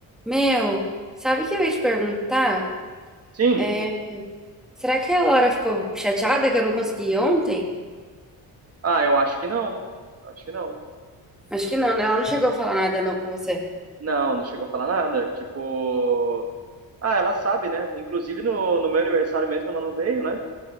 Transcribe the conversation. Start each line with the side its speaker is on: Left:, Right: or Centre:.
Centre: Meu, sabe o que eu ia te perguntar?
Right: Sim?
Centre: É, será que a Laura ficou chateada que eu não consegui ir ontem?
Right: Ah, eu acho que não. Acho que não.
Centre: Acho que não, né? Ela não chegou a falar nada não com você.
Right: Não, não chegou a falar nada. Tipo. Ah, ela sabe, né? Inclusive no, no meu aniversário mesmo ela não veio, né?